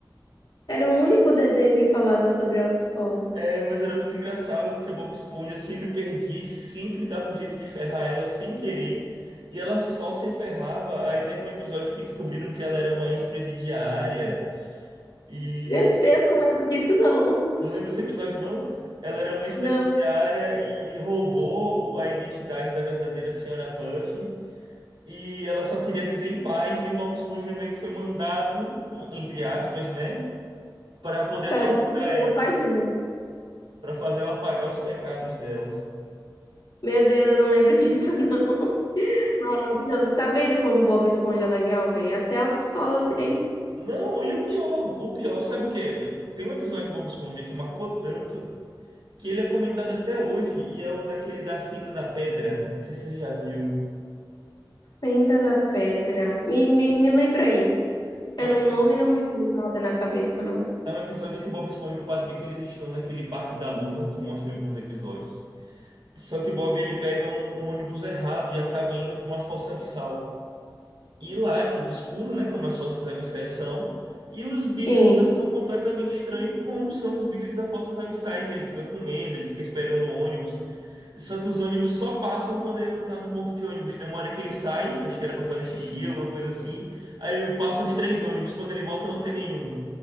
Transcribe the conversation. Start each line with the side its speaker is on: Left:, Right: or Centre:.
Left: Era o único desenho que falava sobre autoescola.
Right: É, mas era muito engraçado porque a Bob Esponja sempre perdia e sempre dava um jeito de ferrar ela sem querer. E ela só se ferrava. Aí teve um episódio que descobriram que ela era uma ex-presidiária. E
Left: Meu Deus, não lembro disso não.
Right: não lembro desse episódio, não. Ela era uma ex-presidiária
Left: Não,
Right: e roubou o- a identidade da verdadeira senhora Puff. E ela só queria viver em paz. E o Bob Esponja meio que foi mandado, entre aspas, né? para poder atormentar
Left: para destruir
Right: ela,
Left: a paixão.
Right: para fazer ela pagar os pecados dela.
Left: Meu Deus, eu não lembro disso não. <laughs> Maravilhoso. Tá vendo como Bob Esponja é legal, velho? Até a autoescola tem.
Right: Não, e o pior, o pior, sabe o quê? Tem um episódio de Bob Esponja que marcou tanto que ele é comentado até hoje e é o daquele da Fenda da Pedra. Não sei se você já viu.
Left: Fenda da Pedra. Me, me, me lembra aí.
Right: É
Left: Pelo
Right: um, epi-
Left: nome não me vem nada na cabeça, não.
Right: é um episódio que o Bob Esponja e o Patrick eles estão naquele Parque da Luva que mostra em alguns episódios. Só que o Bob ele pega um, um ônibus errado e acaba indo para uma fossa abissal. E lá é tudo escuro, né? Como as fossas abissais são. E os bichos
Left: Sim,
Right: já são completamente estranhos, como são os bichos das fossas abissais. Ele fica com medo, ele fica esperando o ônibus. Só que os ônibus só passam quando ele não tá no ponto de ônibus. Tem uma hora que ele sai, acho que era pra fazer xixi, alguma coisa assim. Aí passam os três ônibus, quando ele volta não tem nenhum.